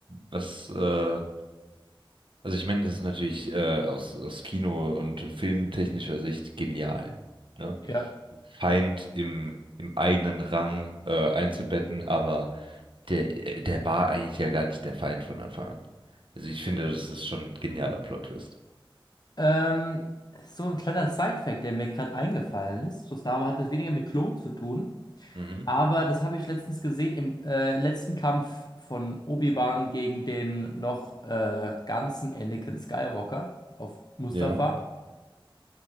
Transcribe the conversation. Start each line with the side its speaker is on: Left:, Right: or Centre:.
Right: was, äh, also ich meine, das ist natürlich äh, aus, aus Kino- und filmtechnischer Sicht genial, ne?
Left: Ja.
Right: Feind im, im eigenen Rang äh, einzubetten, aber der, äh, der war eigentlich ja gar nicht der Feind von Anfang an. Also ich finde, das ist schon ein genialer Plot-Twist.
Left: Ähm, so ein kleiner Side-Fact, der mir gerade eingefallen ist. So Star Wars hat es weniger mit Klonen zu tun,
Right: Mhm.
Left: aber das habe ich letztens gesehen im äh, letzten Kampf von Obi-Wan gegen den noch äh, ganzen Anakin Skywalker auf Mustafar.
Right: Ja,